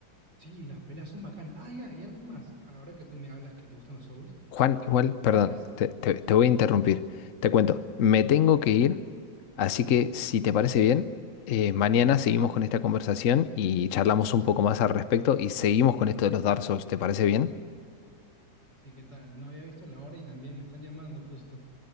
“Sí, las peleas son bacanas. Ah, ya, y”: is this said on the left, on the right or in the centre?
Right